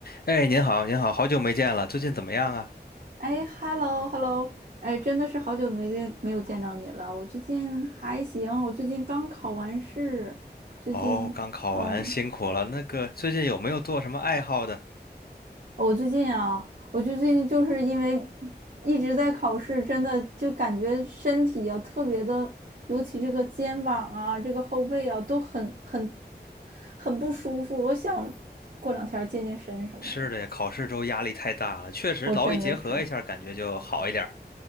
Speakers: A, on the left; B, on the right.
A: 哎，您好，您好，好久没见了，最近怎么样啊？
B: 哎，hello，hello，哎，真的是好久没见，没有见着你了。我最近还行，我最近刚考完试，最近，
A: 哦，刚考完，
B: 嗯，
A: 辛苦了。那个，最近有没有做什么爱好的？
B: 我最近啊，我就最近就是因为一直在考试，真的就感觉身体啊特别的，尤其这个肩膀啊，这个后背啊都很很很不舒服。我想过两天健健身什么的，
A: 是的呀，考试周压力太大了，确实劳逸结合一下，
B: 我真的是。
A: 感觉就好一点儿。